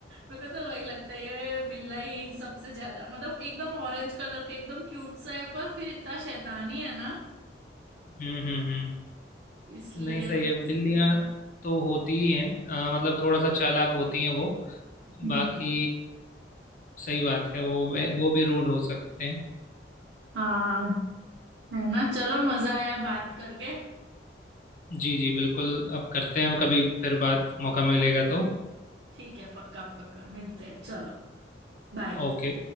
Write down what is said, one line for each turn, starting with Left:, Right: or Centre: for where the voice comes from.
Right: मेरे को तो वही लगता है ये बिल्ला ही सबसे ज्यादा मतलब एकदम ऑरेंज कलर के एकदम क्यूट सा है पर फिर इतना शैतानी है ना
Left: हम्म हम्म हम्म
Right: इसलिए
Left: नहीं सही
Right: मैं
Left: है बिल्लियां तो होती ही हैं अ, मतलब थोड़ा सा चालाक होती हैं वो
Right: हम्म
Left: बाकी सही बात है वो वो भी रूड हो सकते हैं
Right: हाँ है ना चलो मजा आया बात करके
Left: जी जी बिल्कुल अब करते हैं कभी फिर बात मौका मिलेगा तो
Right: ठीक है पक्का पक्का मिलते हैं चलो बाय
Left: ओके